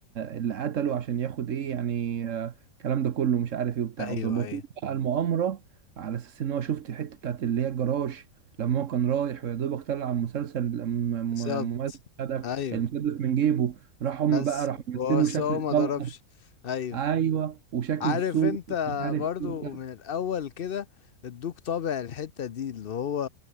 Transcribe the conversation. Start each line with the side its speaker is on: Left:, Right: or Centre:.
Right: اللي قتله عشان ياخد ايه يعني آه، الكلام ده كله مش عارف ايه وبتاع
Left: ايوه
Right: وظبطوا
Left: ايوه
Right: له بقى المؤامرة على اساس ان هو شفت الحتة بتاعت اللي هي الجراج لما هو كان رايح ويا دوبك طلع المسلسل م-
Left: بالظبط
Right: م- ممثل ده
Left: ايوه
Right: المسدس من جيبه راح هم
Left: بس
Right: بقى راح مثلوا
Left: بس
Right: شكل
Left: هو
Right: الطلقة
Left: ما ضربش ايوه
Right: ايوه وشكل
Left: عارف
Right: السوق
Left: انت
Right: مش عارف
Left: برضو
Right: ايه وبتاع
Left: من الاول كده ادوك طابع الحتة دي اللي هو